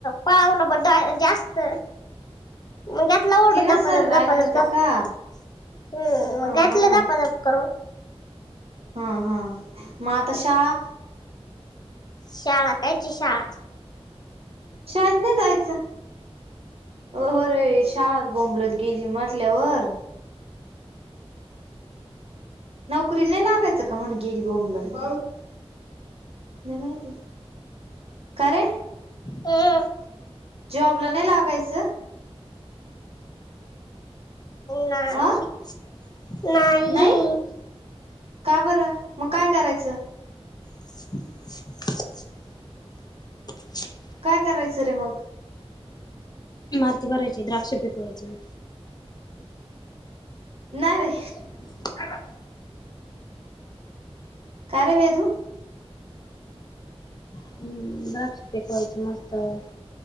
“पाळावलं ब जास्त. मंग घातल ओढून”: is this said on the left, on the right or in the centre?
Left